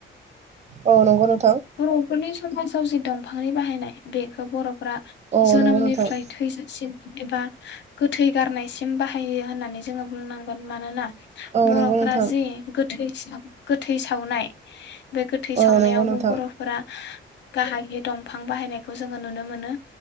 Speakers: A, on the right (about 35°); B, on the left (about 60°).
A: औ नंगौ नों
B: बर'फोरनि स समाजाव जि दंफांनि बाहायनाय बेखौ बर' फोरा
A: औ
B: जोनोमनिफ्राय
A: नंगौ नोंथां
B: थैजासिम एबा गोथै गारनायसिम बाहायो होननानै जोङो बुंनांगोन मानोना
A: औ
B: बर‌'फ्रा
A: नंगौ नोंथां
B: जे गोथै <unintelligible> गोथै सावनाय बे गोथै
A: औ
B: सावनायावबो
A: नंगौ नोंथां
B: फ्रा गाहायै दंफां बाहायनायखौ जोङो नुनो मोनो